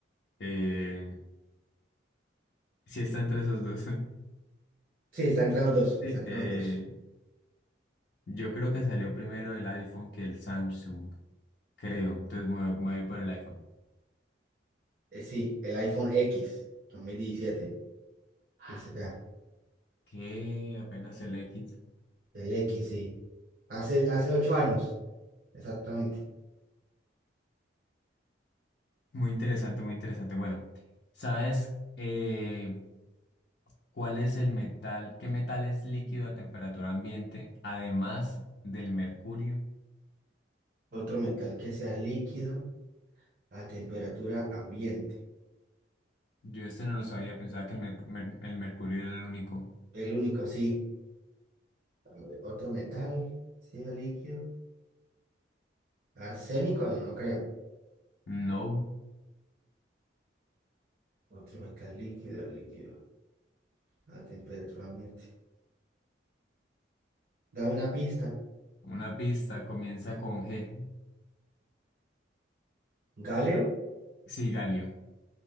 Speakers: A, on the left (about 55°); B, on the right (about 45°).
A: Eh, sí está entre esos dos. <laughs>
B: Sí, está entre los dos.
A: Sí,
B: Está entre
A: eh,
B: los dos.
A: yo creo que salió primero el iPhone que el Samsung, creo. Entonces me voy, me voy por el iPhone.
B: Eh, sí, el iPhone X dos mil diecisiete Ese acá.
A: Que apenas el X.
B: El X, sí. Hace, hace ocho años. Exactamente.
A: Muy interesante, muy interesante. Bueno, ¿sabes eh, cuál es el metal? ¿Qué metal es líquido a temperatura ambiente además del mercurio?
B: Otro metal que sea líquido. a temperatura ambiente.
A: Yo este no lo sabía, pensaba que el, merc- mer- el mercurio era el único.
B: El único sí. A ver, Otro metal, ácido líquido. Arsénico, no, no creo.
A: No,
B: Otro metal líquido, líquido. A temperatura ambiente. Dame una pista.
A: una pista comienza con G.
B: galio
A: Sí, galio.